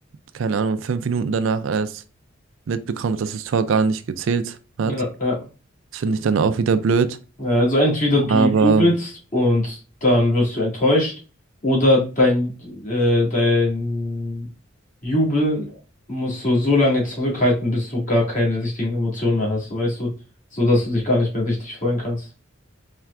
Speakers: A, on the right; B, on the left.
A: keine Ahnung, fünf Minuten danach erst mitbekommt, dass das Tor gar nicht gezählt
B: Ja,
A: hat.
B: ja.
A: Das finde ich dann auch wieder blöd.
B: Ja, Also entweder
A: Aber
B: du jubelst und dann wirst du enttäuscht, oder dein, äh, dein Jubel musst du so lange zurückhalten, bis du gar keine richtigen Emotionen mehr hast, so weißt du, so dass du dich gar nicht mehr richtig freuen kannst.